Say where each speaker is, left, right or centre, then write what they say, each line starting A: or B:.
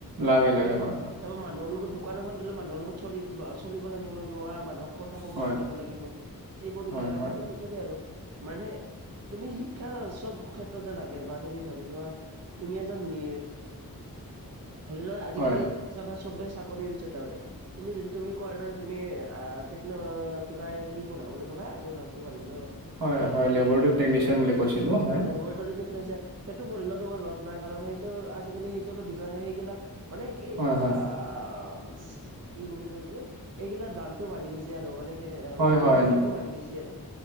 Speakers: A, on the right; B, on the right.
A: লাগে
B: কাৰণ
A: লাগে
B: তুমি
A: হয় হয়
B: চাবা মানুহৰ লগত দোকান এখন দিলে মানুহৰ লগত চল চলিব জানিব লাগিব বা মানুহক কথা কব
A: হয়
B: জানিব লাগিব। এইবোৰ শিক্ষা
A: হয়
B: লাগে
A: হয়
B: দে সেইবাবে আৰু মানে তুমি শিক্ষা চব ক্ষেত্ৰত যে লাগে বা তুমি ধৰি লোৱা তুমি এজন মি ধৰি লোৱা আজিকালি
A: হয়
B: চাবা চবে চাকৰিৰ পিছত দৌৰে। তুমি যদি তুমি কোৱাৰ দৰে আ তেকন আহ কিবা এ কি পঢ়া বুলি ক'লা এই নামটো পাহৰি গিলো।
A: হয় হয়। লবৰেটৰি টেকনিচিয়ান বুলি কৈছিলো হয়।
B: লেবৰটৰি টেকনিসিয়ান সেইটো পঢ়িলে তোমাৰ লছ নাই, কাৰণ সেইটো আজিকালি সেইটোৰও ডিফ সেইগিলা মানে কি
A: হয় হয়
B: আ আ চি কি বুলি কয় এইটো, এইগিলাৰ দামটো বাঢ়ি গৈছে আৰু মানে এ
A: হয়
B: মানে
A: হয়
B: ডিমাণ্ডটো বাঢ়ি গৈছে আৰু